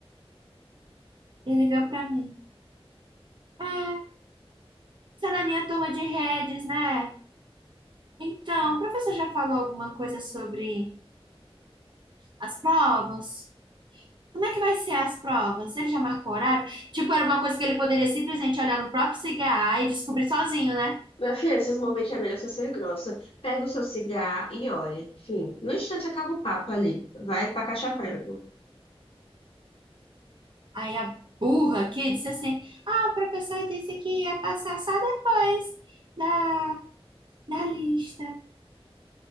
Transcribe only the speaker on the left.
Minha filha, esses momentos é melhor você ser grossa. Pega o seu cigarro e olhe. Enfim, no instante acaba o papo ali. Vai pra caixa prego.